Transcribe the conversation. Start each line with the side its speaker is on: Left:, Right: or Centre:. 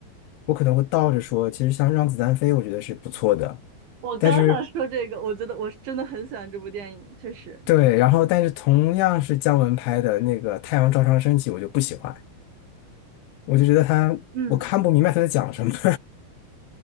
Left: 我可能会倒着说，其实像《让子弹飞》，我觉得是不错的。
Right: 我刚想说这个，
Left: 但是
Right: 我觉得我是真的很喜欢这部电影，确实。
Left: 对，然后但是同样是姜文拍的那个《太阳照常升起》，我就不喜欢，我就觉得他我看不明白他在讲什么。
Right: 嗯。
Left: <laughs>